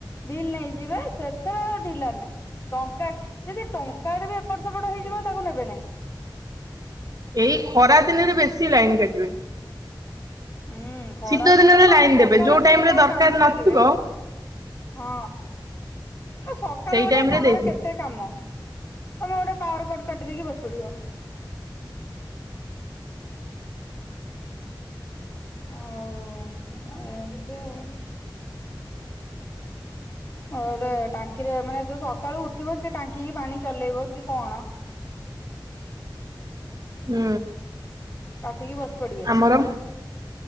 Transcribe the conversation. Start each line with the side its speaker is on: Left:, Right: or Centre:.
Left: ବିଲ୍ ନେଇଯିବେ ସେଥିରେ ଆଉ ଢିଲା ନାଇଁ। ଟଙ୍କା ଯଦି ଟଙ୍କାଡ ବି ଏପଟ ସେପଟ ହେଇଯିବ ତାକୁ ନେବେ ନାହିଁ।
Right: ଏଇ ଖରା ଦିନରେ ବେଶୀ ଲାଇନ୍ କାଟିବେ।
Left: ଉୁଁ ଖରାଦିନ
Right: ଶୀତ ଦିନରେ
Left: ଦେଖୁନ
Right: ଲାଇନ
Left: ଗୋଟେ ସକାଳୁ
Right: ଦେବେ ଯୋଉ ଟାଇମ
Left: କିଏ
Right: ରେ
Left: କଣ
Right: ଦରକାର
Left: କାମ
Right: ନଥିବ
Left: କରିବେ। ହଁ ଆ ସକାଳୁ
Right: ସେଇ
Left: ଗୋଟେ
Right: ଟାଇମ
Left: କାହାର
Right: ରେ ଦେଇଥିବେ।
Left: କେତେ କାମ ତମେ ଗୋଟେ ପାୱାର କଟ କାଟିଦେଇକି ବସି ପଡିବ। ଆଉ, ଆଉ ଏମିତି ଆଉ। ଆଉ ଗୋଟେ ଟାଙ୍କିରେ ମାନେ ତୁ ସକାଳୁ ଉଠିବ କି ଟାଙ୍କିକି ପାଣି ଚଲେଇବ କି କଣ
Right: ହୁଁ।
Left: କାଟିକି ବସି ପଡିବେ।
Right: ଆମର